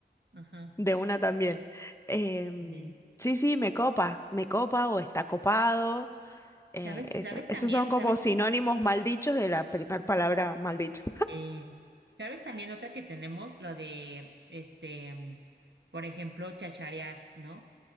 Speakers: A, on the right; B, on the left.
A: Ajá.
B: de una también. em,
A: de-
B: sí, sí, me copa, me copa o está copado. eh,
A: ¿Sabes,
B: eso-
A: sabes
B: esos
A: también,
B: son como
A: sabes
B: sinónimos
A: también,
B: mal dichos de la primera palabra mal dicha.
A: eh, sabes también otra que tenemos, lo de, este, mm, por ejemplo, chacharear, ¿no?